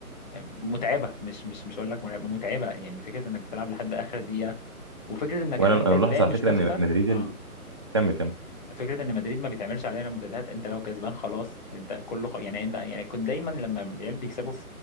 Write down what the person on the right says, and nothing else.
وانا
انا ملاحظ على
فكره
ان مدريد
ال... كمل كمل